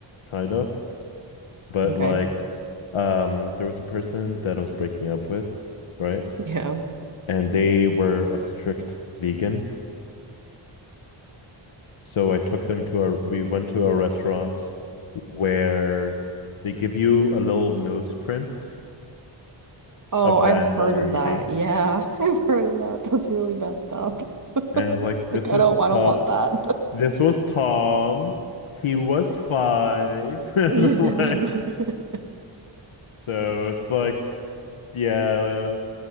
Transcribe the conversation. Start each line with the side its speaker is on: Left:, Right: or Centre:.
Left: kind of, but
Right: Okay.
Left: like um there was a person that I was breaking up with, right?
Right: Yeah.
Left: and they were a strict vegan. So I took them to a, we went to a restaurant where they give you a little nose prints
Right: Oh,
Left: of
Right: I've
Left: the animal
Right: heard
Left: you're
Right: of
Left: eating.
Right: that. Yeah, <laughs> I've heard of that. That's really messed up.
Left: And I was like, this
Right: Like I
Left: was
Right: don't I
Left: Tom.
Right: don't want that.
Left: This was Tom. He was five. <laughs> Just
Right: <laughs>
Left: like, so it's like, yeah, uh,